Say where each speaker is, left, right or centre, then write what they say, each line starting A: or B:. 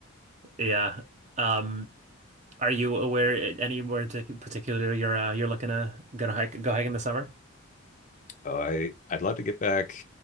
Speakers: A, on the right (about 35°); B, on the left (about 35°).
A: Yeah. Um, are you aware eh, anywhere in tic- particular you're uh, you're looking to go to hike go hike in the summer?
B: Uh, I I'd love to get back